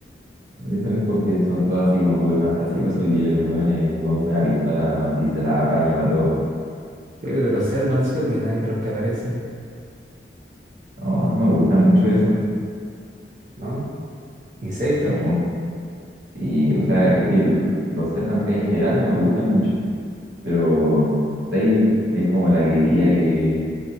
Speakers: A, on the right; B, on the right.
A: Eso es porque son todos así como súper fantasiosos y el weón es un weón con una pistola nomás y se la apaña para todo.
B: Creo que de los Servants, ¿qué opináis de los que aparecen?
A: No, no me gustan mucho eso.
B: ¿No? ¿Y Saber?
A: No. Y, o sea, es que l- los Serpents Kai en general no me gustan mucho, pero Saber es como la que diría que